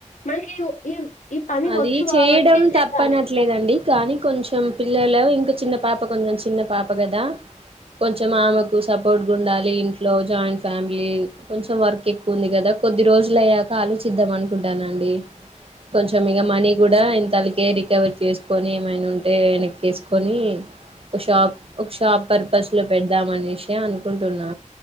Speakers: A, on the left; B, on the right.
A: మనకి ఈ ఈ పని
B: అదీ
A: వచ్చు
B: చేయడం
A: కాబట్టి చెయ్యాలి
B: తప్పనట్లేదండి కానీ కొంచెం పిల్లలు ఇంక చిన్నపాప కొంచెం చిన్న పాప గదా కొంచెం ఆమెకు సపోర్ట్గుండాలి ఇంట్లో జాయింట్ ఫ్యామిలీ కొంచెం వర్కెక్కువుంది గద కొద్ది రోజులయ్యాక ఆలోచిద్దాం అనుకుంటాన్న అండి కొంచెం ఇగ మనీ కూడా ఇంత కే రికవర్ చేసుకొని ఏమైనా ఉంటే వెనక్కే సుకొని ఒక షాప్ ఒక షాప్ పర్పస్ లో పెడదామ అనే సి అనుకుంటున్నా